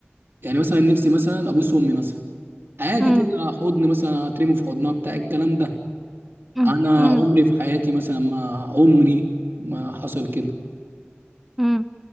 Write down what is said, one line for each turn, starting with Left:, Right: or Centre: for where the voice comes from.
Right: يعني مثلا نفسي مثلا ابوس امي مثلا عادي
Centre: مم.
Right: كده حضن مثلا هترمي في حضنها بتاع الكلام ده
Centre: مم.
Right: انا
Centre: مم.
Right: عمري في حياتي مثلا ما عمري ما حصل كده
Centre: مم.